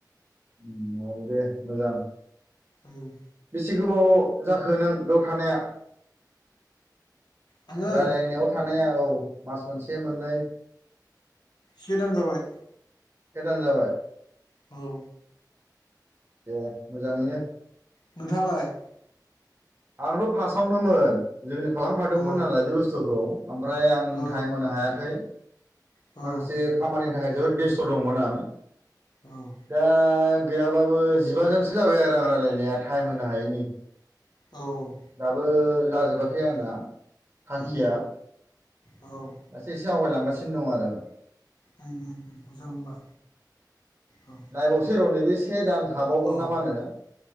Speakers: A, on the right; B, on the left.
A: उम औ दे मोजां।
B: औ
A: बेसे गोबाव जाखो नों बेयाव थानाया?
B: औ आङो
A: रायलायनायाव थानाया औ मास मोनसे मोननै?
B: से दान जाबाय।
A: से दान जाबाय।
B: औ
A: ए मोजाङैनो।
B: नोंथाङालाय?
A: आंथ' फास्टआवनोमोन जोंनो खालामखादोंमोन
B: औ
A: नालाय बे बुस्थुखौ। ओमफ्राय आं
B: औ
A: टाइम होनो हायाखै।
B: औ
A: माखासे खामानिनि थाखाय जोबोद बेस्थ' दंमोन आं।
B: औ
A: दा गैयाबाबो जिबाजोनसो जाबाय आरो आं रायलायनाया टाइम होनो हायिनि।
B: औ
A: दाबो जाजोबाखै आंना थांखिया।
B: उम औ उम
A: एसे एसे आवगायलांगासिनो दं आरो।
B: उम उम मोजां होमबा। औ
A: नायबावसै र' नैबे से दान थाबावगोन
B: औ
A: ना मा होनो